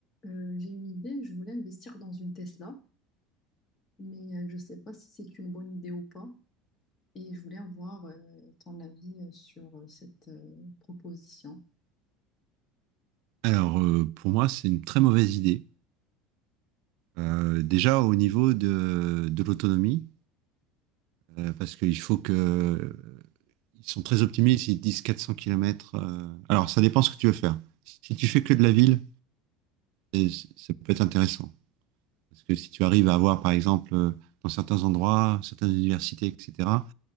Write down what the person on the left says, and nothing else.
Euh, j'ai une idée, je voulais investir dans une Tesla, mais euh, je ne sais pas si c'est une bonne idée ou pas. Et je voulais avoir euh, ton avis euh, sur euh, cette euh, proposition.